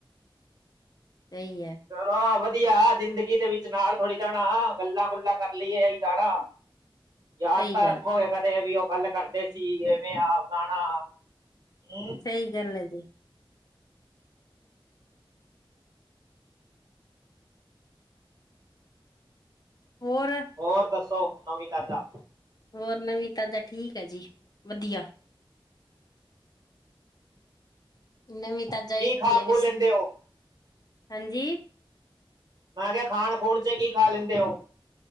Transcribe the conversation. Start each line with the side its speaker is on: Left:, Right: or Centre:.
Left: ਸਹੀ ਐ।
Right: ਚਲੋ ਵਦੀਆ, ਜ਼ਿੰਦਗੀ ਦੇ ਵਿੱਚ ਨਾਲ ਥੋੜੀ ਜਾਣਾ ਆ, ਗੱਲਾਂ- ਗੁਲਾਂ ਕਰ ਲਈਏ, ਅਸੀ ਜਾਣਾ। ਯਾਦ
Left: ਸਹੀ
Right: ਤਾਂ
Left: ਗੱਲ
Right: ਰੱਖੋਗੇ ਕਦੇ ਵੀ ਉਹ ਗੱਲ ਕਰਦੇ ਸੀ, ਐਵੇਂ ਆਪ ਆਣਾ, ਹੂੰ।
Left: ਸਹੀ ਗੱਲ ਐ ਜੀ। ਹੋਰ?
Right: ਹੋਰ ਦੱਸੋ, ਨਵੀਂ-ਤਾਜ਼ਾ?
Left: ਹੋਰ ਨਵੀਂ ਤਾਜ਼ਾ? ਠੀਕ ਐ ਜੀ, ਵਦੀਆ। ਨਵੀਂ-ਤਾਜਾ
Right: ਕੀ
Left: ਇੱਕ
Right: ਖਾ
Left: ਈ ਐ
Right: ਖੂ
Left: ਬਸ।
Right: ਲੈਂਦੇ ਹੋ
Left: ਹਾਂਜੀ
Right: ਮੈਂ ਕੇਆ ਖਾਨ ਖੂਣ ਚ ਕੀ ਖਾ ਲੈਂਦੇ ੳ?